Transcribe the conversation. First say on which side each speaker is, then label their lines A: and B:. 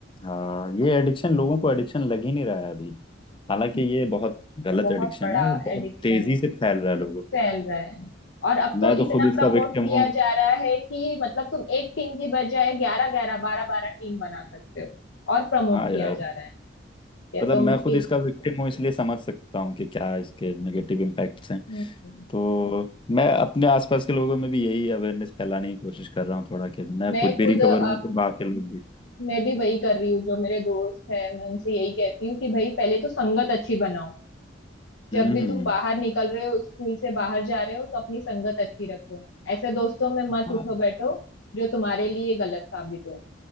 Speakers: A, on the left; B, on the left.
A: हाँ ये एडिक्शन लोगों को एडिक्शन लग ही नहीं रहा है अभी हालांकि
B: हम्म,
A: ये बहुत गलत
B: बहुत
A: एडिक्शन
B: बड़ा
A: है और बहुत
B: एडिक्शन
A: तेजी
B: है
A: से फैल रहा है लोगों
B: फैल रहा है और अब तो
A: मैं तो
B: इतना
A: खुद इसका
B: प्रमोट
A: विक्टिम
B: किया
A: हूँ
B: जा रहा है कि मतलब तुम एक टीम की बजाय ग्यारह ग्यारह बारह बारह टीम बना सकते हो और प्रमोट
A: हाँ
B: किया
A: यार
B: जा रहा है कि
A: मतलब
B: तुम
A: मैं खुद
B: एक
A: इसका विक्टिम हूँ इसलिए समझ सकता हूँ कि क्या इसके नेगेटिव इम्पैक्ट्स हैं
B: हम्म।
A: तो मैं अपने आसपास के लोगों में भी यही अवेयरनेस फैलाने की कोशिश कर रहा हूँ थोड़ा कि मैं
B: मैं
A: खुद भी
B: खुद
A: रिकवर
B: अ,
A: हूँ तो बाकी लोग भी
B: मैं भी वही कर रही हूँ जो मेरे दोस्त है मैं उनसे यही कहती हूँ कि भाई पहले तो संगत अच्छी बनाओ जब
A: हम्म
B: भी
A: हम्म
B: तुम
A: हम्म।
B: बाहर निकल रहे हो स्कूल से बाहर जा रहे हो तो अपनी संगत अच्छी रखो ऐसे दोस्तों में मत
A: हाँ
B: उठो बैठो जो तुम्हारे लिए गलत साबित हो